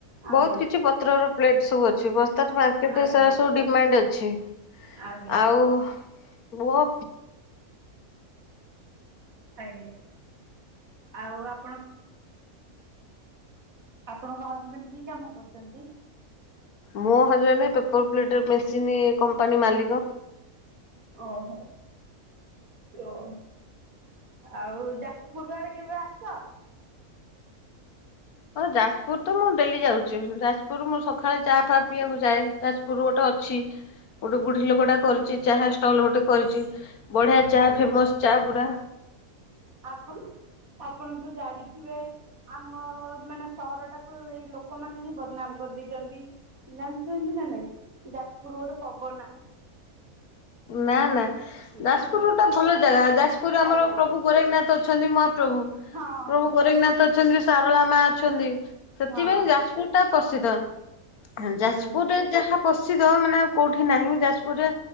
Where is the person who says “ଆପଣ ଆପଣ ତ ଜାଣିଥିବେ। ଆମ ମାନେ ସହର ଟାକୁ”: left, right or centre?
Right